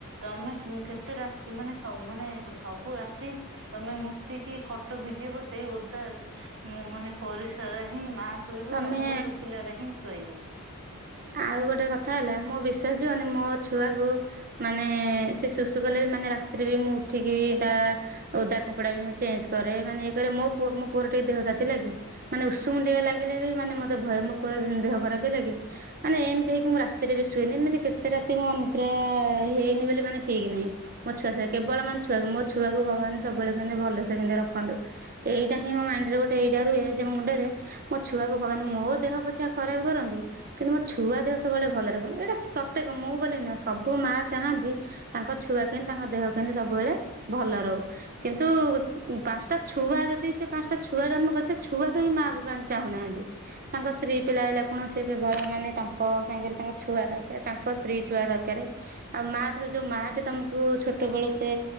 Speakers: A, on the right (about 60°); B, on the right (about 40°).
A: ତମେ କେତେ ରାତି ମାନେ ମାନେ ସବୁ ରାତି ତମେ ମୂତି କି ଖଟ ଭିଜେଇିବ ସେଇ ଓଦା ମୁଁ ମାନେ ପରିସ୍ରାରେ ହିଁ ମା ଶୋଇବେ
B: ତମେ
A: ତମକୁ ଶୁଖିଲାରେ ହିଁ ଶୋଇବେ!
B: ଆଉ ଗୋଟେ କଥା ହେଲା ମୋ ବିଶ୍ୱାସ ଯିବନି ମୋ ଛୁଆକୁ ମାନେ ସେ ଶୁଶୁ କଲେ ବି ମାନେ ରାତିରେ ବି ମୁଁ ଉଠିକି ବି ତା ଓଦା କପଡା ବି ମୁଁ ଚେଞ୍ଜ କରେ ମାନେ ଇଏ କରେ ମୋ ପୁଅକୁ ମୁଁ ପୁଅର ଟିକେ ଦେହ ତାତିଲା କି ମାନେ ଉଷୁମ ଟିକେ ଲାଗିଲେ ବି ମାନେ ମତେ ଭୟ ମୋ ପୁଅର ଦେହ ଖରାପ ହେଲାକି! ମାନେ ଏମିତି ହେଇକି ମୁଁ ରାତିରେ ବି ଶୁଏନି ଏମିତି କେତେ ରାତି ମନ୍ଦିରେ ହେଇନି ବୋଲି ମାନେ ଠିକ ନାହିଁ। ମୋ ଛୁଆ ସେ କେବଳ ମାନେ ଛୁଆ ମୋ ଛୁଆକୁ ଭଗବାନ ସବୁବେଳେ କେମିତି ଭଲସେ କେ ରଖନ୍ତୁ। ଏଇଟା ହିଁ ମାଇଣ୍ଡରେ ଗୋଟେ ଏଇଟା ରୁହେ ଯେ ମୋ ମୁଣ୍ଡରେ ମୋ ଛୁଆକୁ ଭଗବାନ ମୋ ଦେହ ପଛିଆ ଖରାପ କରନ୍ତୁ। କିନ୍ତୁ ମୋ ଛୁଆ ଦେହ ସବୁବେଳେ ଭଲ ରଖନି ଏଇଟା ପ୍ରତ୍ୟେକ ମୁଁ ବୋଲି ନୁହେଁ ସବୁ ମାଆ ଚାହାନ୍ତି ତାଙ୍କ ଛୁଆ କେମତି ତାଙ୍କ ଦେହ କେମତି ସବୁବେଳେ ଭଲ ରହୁ। କିନ୍ତୁ ପାଞ୍ଚଟା ଛୁଆ ଯଦି ସେ ପାଞ୍ଚଟା ଛୁଆ ଜନ୍ମ କରେ ସେ ଛୁଆ କାହିଁ ମାଆକୁ ଚାହୁଁନାହାନ୍ତି। ତାଙ୍କ ସ୍ତ୍ରୀ ପିଲା ହେଲା କଣ ସେତେ ଭଲ। ମାନେ ତାଙ୍କ ସାଙ୍ଗରେ ତାଙ୍କ ଛୁଆ ଦରକାର ତାଙ୍କ ସ୍ତ୍ରୀ ଛୁଆ ଦରକାରେ। ଆଉ ମା <unintelligible> ଯୋଉ ମାଟି ତମକୁ ଛୋଟ ବେଳୁ ସେ